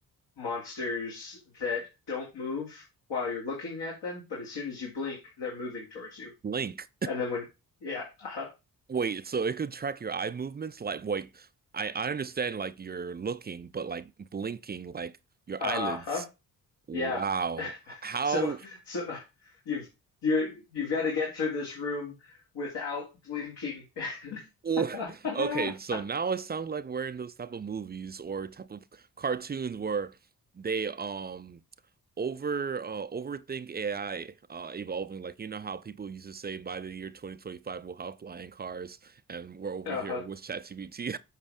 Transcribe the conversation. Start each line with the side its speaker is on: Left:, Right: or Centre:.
Left: monsters that don't move while you're looking at them, but as soon as you blink, they're moving towards you.
Right: Link.
Left: And then when yeah, uh-huh,
Right: Wait, so it could track your eye movements? Like, wait, I, I understand like you're looking, but like blinking, like your
Left: uh-huh,
Right: eyelids. Wow.
Left: yeah.
Right: How?
Left: So <laughs> so you've you're you've got to get through this room without blinking.
Right: Oh,
Left: <laughs>
Right: <laughs> okay, so now it sounds like we're in those type of movies or type of cartoons where they um over uh overthink AI uh evolving. Like you know how people used to say by the year 2025 we'll have flying cars and we're over
Left: Uh-huh.
Right: here with ChatGPT.